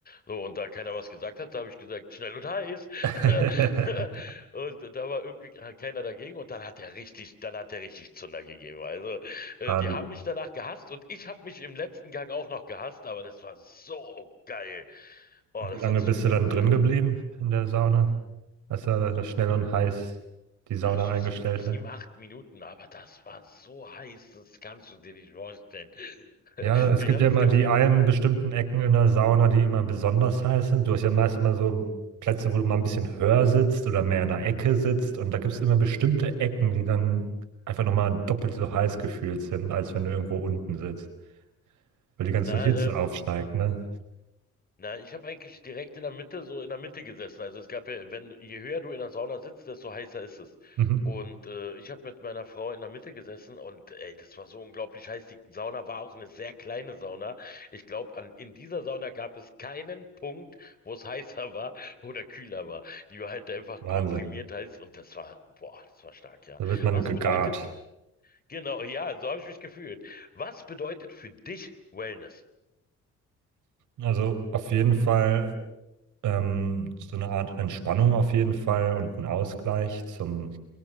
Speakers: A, on the left; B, on the right.
A: So, und da keiner was gesagt hat, da habe ich gesagt, schnell und heiß.
B: <laughs>
A: <laughs> Und da war irgendwie halt keiner dagegen und dann hat er richtig, dann hat er richtig Zunder gegeben. Also, äh,
B: Wahnsinn.
A: die haben mich danach gehasst und ich habe mich im letzten Gang auch noch gehasst, aber das war so geil. Oh,
B: Und
A: das
B: wie lange
A: hat sich
B: bist
A: gut
B: du
A: angefühlt.
B: dann drin geblieben in der Sauna, als er da schnell und heiß die Sauna
A: Na, so
B: eingestellt
A: sieben, sieben,
B: hat?
A: acht Minuten, aber das war so heiß, das kannst du dir nicht vorstellen. <laughs>
B: Ja, es
A: Ich
B: gibt
A: hatte
B: ja immer
A: das Gefühl,
B: die einen bestimmten Ecken in der Sauna, die immer besonders heiß sind. Du hast ja meist immer so Plätze, wo du mal ein bisschen höher sitzt oder mehr in der Ecke sitzt. Und da gibt es immer bestimmte Ecken, die dann einfach nochmal doppelt so heiß gefühlt sind, als wenn du irgendwo unten sitzt. Weil die ganze
A: na,
B: Hitze
A: äh,
B: aufsteigt, ne?
A: Na, ich habe eigentlich direkt in der Mitte, so in der Mitte gesessen. Also es gab ja, wenn, je höher du in der Sauna sitzt, desto heißer ist es.
B: Mhm.
A: Und äh, ich habe mit meiner Frau in der Mitte gesessen und ey, das war so unglaublich heiß. Die Sauna war auch eine sehr kleine Sauna. Ich glaube, an in dieser Sauna gab es keinen Punkt, wo es heißer war <laughs> oder kühler war. Die war halt einfach
B: Wahnsinn.
A: komprimiert heiß und das war, boah, das war stark, ja.
B: Da wird man
A: Was
B: gegart.
A: bedeutet, genau, ja, so habe ich mich gefühlt. Was bedeutet für dich Wellness?
B: Also auf jeden Fall ähm, so eine Art Entspannung auf jeden Fall und ein Ausgleich zum